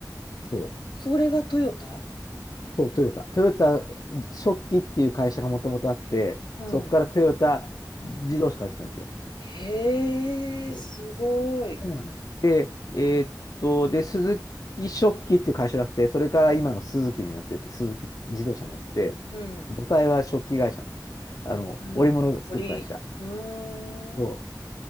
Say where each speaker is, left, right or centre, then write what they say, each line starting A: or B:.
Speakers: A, on the left; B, on the left.
A: そう。
B: それがトヨタ
A: そう、トヨタ。トヨタ食器っていう会社がもともとあって、
B: うん。
A: そこからトヨタ自動車ができたんですよ。
B: へえ、
A: そう
B: すごい。
A: そうなんですよ。で、えーっと、で、鈴木食器っていう会社があって、それから今のスズキになってって、スズキ自動車になって、
B: うん。
A: 母体は食器会社なんですよ。あの、
B: うん。
A: 織物を作る会社。
B: 鳥、うーん。
A: そう